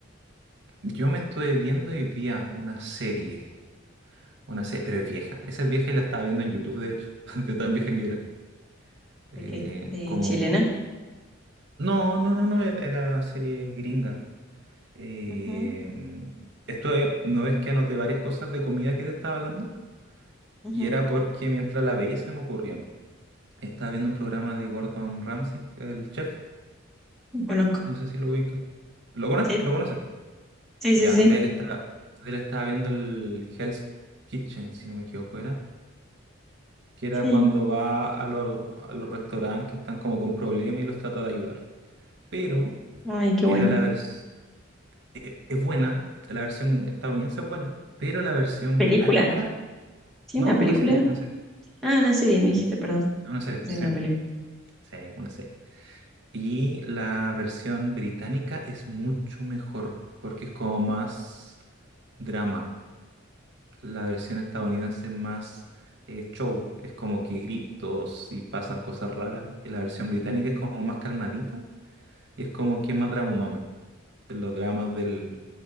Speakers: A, on the right; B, in the centre.
A: yo me estuve viendo hoy día una serie. una no sé, pero es vieja. Esa es vieja y la estaba viendo en YouTube, de hecho, <laughs> de tan vieja que era. Eh,
B: ¿De qué? ¿De
A: como...
B: chilena?
A: No, no, no, no, e- era serie gringa. Eh,
B: Ujú,
A: mm, esto es- no es que anoté varias cosas de comida que te estaba hablando,
B: ujú.
A: y era porque mientras la veía se me ocurrían. Estaba viendo un programa de Gordon Ramsay, el chef,
B: Lo Conozco.
A: no sé si lo ubica. ¿Lo conoces?
B: Sí,
A: ¿Lo conoces?
B: sí,
A: Ya,
B: sí, sí.
A: de él está, de él estaba viendo el Hell's Kitchen, si no me equivoco, era. que era
B: Sí.
A: cuando va a los, a los restaurantes que están como con problemas y los trata de ayudar. Pero
B: Ay, qué
A: era
B: bueno.
A: la versión, es buena, la versión estadounidense es buena, pero la versión
B: ¿Película?
A: británica,
B: ¿Sí,
A: no,
B: una película?
A: una serie, una serie,
B: Ah, una serie, me dijiste, perdón.
A: una serie,
B: Pensé
A: sí,
B: en una película.
A: sí, es una serie. Y la versión británica es mucho mejor, porque es como más drama. La versión estadounidense es más eh, show, es como que gritos y pasan cosas raras. Y la versión británica es como más calmadita Y es como que es más drama humano. De los dramas del,